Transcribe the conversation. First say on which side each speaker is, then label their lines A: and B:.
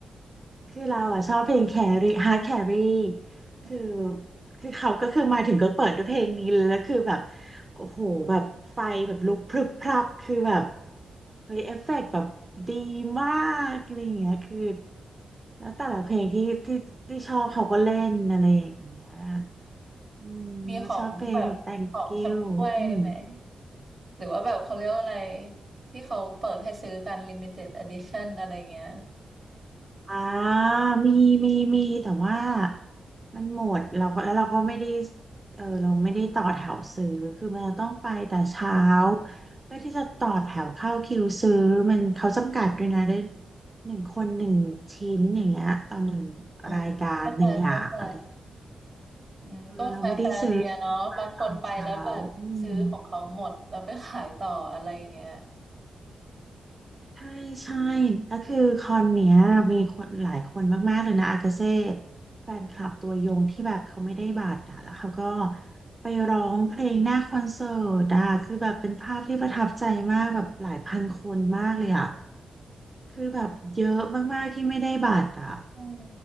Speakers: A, on the right; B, on the right.
A: คือเราอะชอบเพลงแครี่ฮาร์ดแครี่
B: อือหือ
A: คือคือเขาก็คือมาถึงก็เปิดด้วยเพลงนี้เลยแล้วคือแบบโอ้โหแบบไฟแบบลุกพรึบพรับคือแบบเฮ้ยเอฟเฟกต์แบบดีมากอะไรอย่างเงี้ยคือแล้วแต่ละเพลงที่ที่ที่ชอบเขาก็เล่นอะไรอย่างเงี้ยอืมชอบเพลง
B: มีของแบบของชำร่วยไหม
A: Thank you อืม
B: หรือว่าแบบเขาเรียกว่าอะไรที่เขาเปิดให้ซื้อกัน limited edition อะไรเงี้ย
A: อ่ามีมีมีแต่ว่ามันหมดเราก็แล้วเราก็ไม่ได้เออเราไม่ได้ต่อแถวซื้อคือมันต้องไปแต่เช้า
B: อม
A: เพื่อที่จะต่อแถวเข้าคิวซื้อมันเขาจำกัดด้วยนะได้หนึ่งคนหนึ่งชิ้นอย่างเงี้ยต่อหนึ่ง
B: อ๋อ
A: รายการหนึ่งอย่างอะไร
B: เข้าใจเข้าใจอืมก็แฟร์ๆดีอะเนาะบางคนไปแล้วแบบซื้อของเขาหมดแล้วไปขายต่ออะไรอย่างเงี้ย
A: เออเราไม่ได้ซื้อขี้เกียจไปตอนเช้าอืม ใช่ใช่แล้วคือคอนเนี้ยมีคนหลายคนมากๆเลยนะอากาเซ่แฟนคลับตัวยงที่แบบเขาไม่ได้บัตรอ่ะแล้วเขาก็ไปร้องเพลงหน้าคอนเสิร์ตอ่ะคือแบบเป็นภาพที่ประทับใจมากแบบหลายพันคนมากเลยอ่ะคือแบบเยอะมากๆที่ไม่ได้บัตรอ่ะ
B: อืม